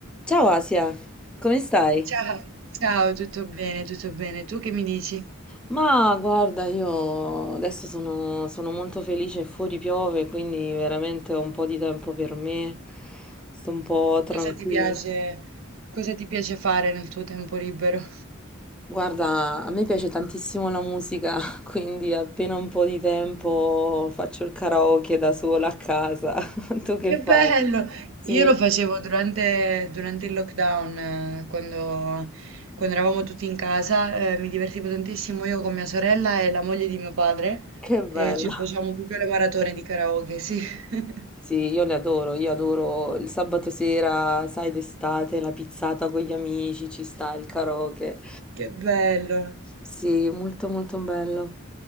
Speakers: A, in the centre; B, on the right.
A: Ciao Asia, come stai?
B: Ciao, ciao, tutto bene, tutto bene. Tu che mi dici?
A: Ma guarda, io adesso sono, sono molto felice, fuori piove, quindi veramente ho un po' di tempo per me, sto un po' tranquilla.
B: Cosa ti piace, cosa ti piace fare nel tuo tempo libero?
A: Guarda, a me piace tantissimo la musica, <laughs> quindi appena un po' di tempo faccio il karaoke da sola a casa. <laughs> Tu che
B: Che
A: fai?
B: bello!
A: Sì,
B: Io lo facevo durante, durante il lockdown, eh, quando, quando eravamo tutti in casa, eh, mi divertivo tantissimo io con mia sorella e la moglie di mio padre
A: che bello.
B: e ci facevamo proprio le maratone di karaoke, sì. <laughs>
A: Sì, io le adoro, io adoro il sabato sera, sai, d'estate, la pizzata con gli amici, ci sta il karaoke.
B: Che bello!
A: Sì, molto molto bello.